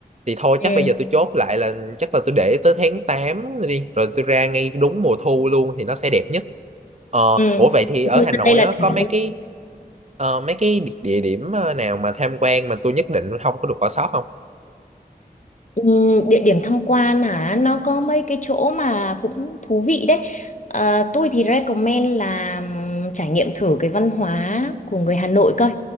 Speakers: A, on the right; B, on the left.
A: thì thôi
B: Ừ.
A: chắc bây giờ tôi chốt lại là chắc là tôi để tới tháng 8 đi rồi tôi ra ngay đúng mùa thu luôn thì nó sẽ đẹp nhất Ờ,
B: Ừ.
A: ủa vậy thì
B: Mùa
A: ở
B: thu
A: Hà
B: ra
A: Nội
B: đây là
A: á
B: đỉnh
A: có mấy cái ờ, mấy cái địa địa điểm ờ, nào mà tham quan mà tôi nhất định không có được bỏ sót không?
B: Ừm, địa điểm tham quan hả nó có mấy cái chỗ mà cũng thú vị đấy Ờ, tôi thì recommend là ừm, trải nghiệm thử cái văn hóa của người Hà Nội coi